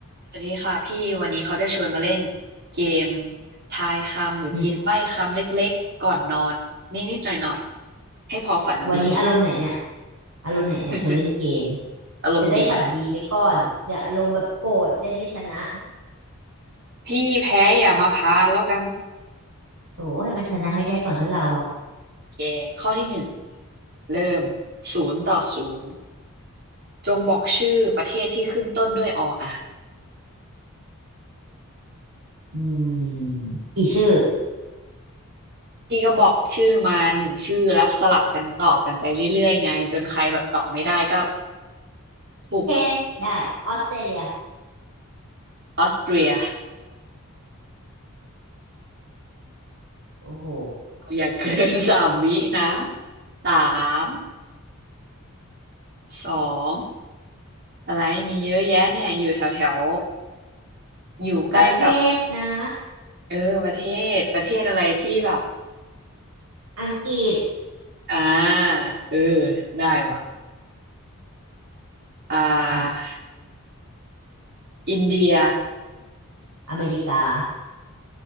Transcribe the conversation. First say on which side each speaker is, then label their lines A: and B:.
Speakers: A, on the right; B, on the right.
A: สวัสดีค่ะพี่วันนี้เขาจะชวนมาเล่นเกมทายคำหรือเกมใบ้คำเล็กๆก่อนนอนนิดๆหน่อยๆให้พอฝันดี
B: อืมวันนี้อารมณ์ไหนเนี่ยอารมณ์ไหนเนี่ยชวนเล่นเกม
A: <laughs> อารมณ์ดี
B: จะได้ฝันดีไหมก่อนเดี๋ยวอารมณ์แบบโกรธได้ไม่ชนะ
A: พี่แพ้อย่ามาพานแล้วกัน
B: โถให้มันชนะให้ได้ก่อนเถอะเราอ่ะ
A: แกข้อที่หนึ่งเริ่มศูนย์ต่อศูนย์จงบอกชื่อประเทศที่ขึ้นต้นด้วยออ่ะ
B: อืมกี่ชื่อ
A: พี่ก็บอกชื่อมาหนึ่งชื่อแล้วสลับกันตอบกันไปเรื่อยๆไงจนใครแบบตอบไม่ได้ก็ถูก
B: โอเคได้ออสเตรเลีย
A: ออสเตรีย
B: โอ้โห
A: อย่าเกิน <laughs> สามวินะสาม สองอะไรมีเยอะแยะเนี่ยอยู่แถวแถวอยู่ใกล้กับ
B: ประเทศนะ
A: เออประเทศประเทศอะไรที่แบบ
B: อังกฤษ
A: อ่าเออได้ว่ะอ่า
B: อ่ะ
A: อินเดีย
B: อเมริกา